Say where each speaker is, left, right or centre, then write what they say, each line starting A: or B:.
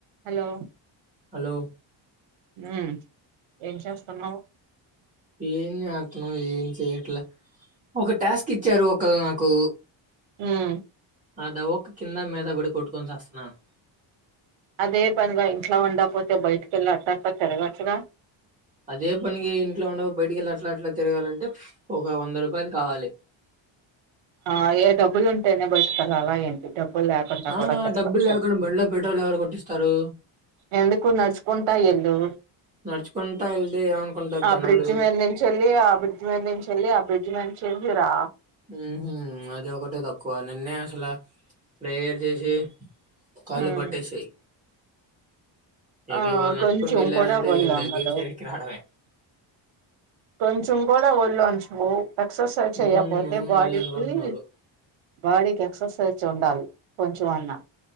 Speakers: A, on the right; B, on the right.
A: Hello
B: hello
A: మ్ ఏం చేస్తున్నావు
B: ఏం జేత్నం ఏం చెయట్ల ఒక టాస్క్ ఇచ్చారు ఒకల్ నాకు
A: ఉమ్
B: ఆదవ్వక కింద మీద పడి కొట్టుకొని చస్తన్నాను
A: అదే పనిగా ఇంట్లో ఉంకపోతే బయటికెళ్ళి అట్లా అట్లా తిరగచ్చుగా
B: అదే పనికి గ ఇంట్లో ఉండగ బయటకెళ్ళి అట్ల అట్ల తిరగాలంటే ఒక వంద రూపాయలు కావాలి
A: ఆ ఏ డబ్బుల్ ఉంటేనే బయటికెళ్ళల ఏంటి డబ్బులు లేకుండా
B: ఆ
A: కూడా తిరగొచ్చు
B: డబ్బులు లేకుండా బండిలో పెట్రోల్ ఎవరు కొట్టిస్తారు
A: ఎందుకు నడుచుకుంటా ఎల్లు
B: నడుచుకుంటా వెళ్తే ఏమనుకుంటారు
A: ఆ
B: జనాలు
A: బ్రిడ్జ్ మీద చెల్లి ఆ బ్రిడ్జ్ మీద నించి ఎల్లి ఆ బ్రిడ్జ్ మీచ్ చెంజిరా
B: మ్మ్ హు అది ఒకటే తక్కువ నిన్నే అసల ప్రేయర్ జేసి కాళ్ళుపట్టేశయ్
A: ఉమ్
B: ఇగ
A: ఆ
B: ఇవాళ నడుచుకుంటూ
A: కొంచెం
B: ఎళ్ళానంటే
A: కూడా ఒళ్ళు
B: ఏం లే
A: అందదు
B: వీల్ చైర్ ఎక్కి రాడమే
A: కొంచెం కూడా వొళ్ళొంచవు ఎక్సర్సైజ్ చేయ్యకపోతే
B: ఉమ్ అవును
A: బాడీకి
B: అదే అనుకుంటున్నారు
A: బాడీకి ఎక్ససైజ్ ఉండాలి కొంచెం అన్నా